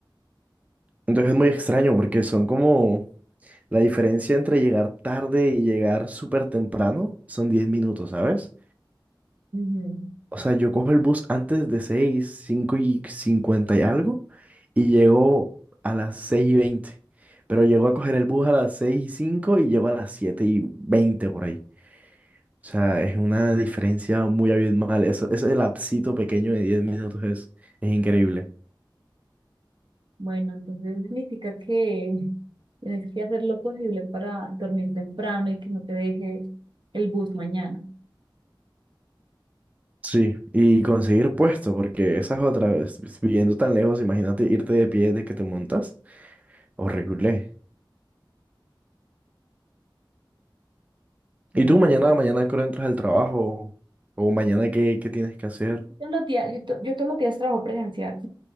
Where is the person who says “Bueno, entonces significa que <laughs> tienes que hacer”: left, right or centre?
Right